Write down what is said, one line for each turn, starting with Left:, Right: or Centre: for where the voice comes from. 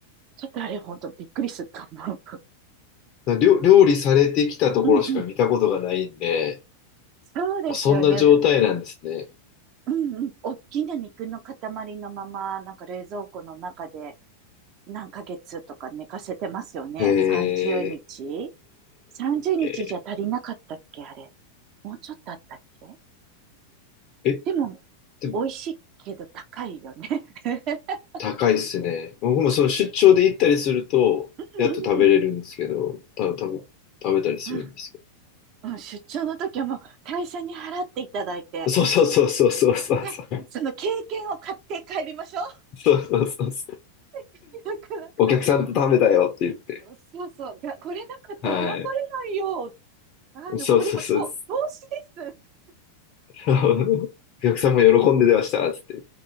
Right: ちょっとあれ、ほんとびっくりするかも。
Left: え、料料理されてきたところしか見たことがないんで、
Right: うんうん。そうですよね。
Left: あ、そんな状態なんですね。
Right: うんうん。大きな肉の塊のまま、なんか冷蔵庫の中で何ヶ月とか寝かせてますよね。
Left: え
Right: 30日 ?30 日じゃ足りなかったっけあれ。
Left: え、
Right: もうちょっとあったっけ
Left: え、
Right: でも、
Left: で
Right: 美味しいけど高いよね。<laughs>
Left: 高いっすね。僕もその出張で行ったりすると、
Right: うんうん。
Left: やっと食べれるんですけど、た多分食べたりするんですけ
Right: うんうん出張の時はもう会社に払っていただいて、
Left: ど。そうそうそうそうそうそう。
Right: ね、その経験を買って帰りましょう。
Left: そうそうそうそう。
Right: <laughs> だから
Left: お客さんと食べたよって言って。
Right: そうそう、が、これなかったら頑張れないよ。
Left: はい。
Right: あの、
Left: そうそうそうです。
Right: これもと、投資です
Left: <laughs> お客さんも喜んでましたっつって。